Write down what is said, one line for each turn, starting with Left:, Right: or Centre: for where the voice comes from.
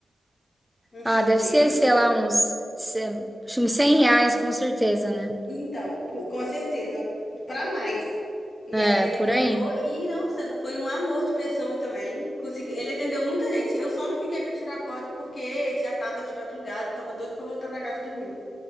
Left: um show
Centre: Ah, deve
Left: dele.
Centre: ser, sei lá, uns, se- uns 100 reais, com certeza, né?
Left: Então, pô, com certeza, pra mais. E
Centre: É,
Left: aí ele
Centre: por
Left: cantou
Centre: aí.
Left: e, nossa, foi um amor de pessoa também. Consegui, ele atendeu muita gente. Eu só não fiquei pra tirar foto porque já tava de madrugada, tava doido pra voltar pra casa e dormir.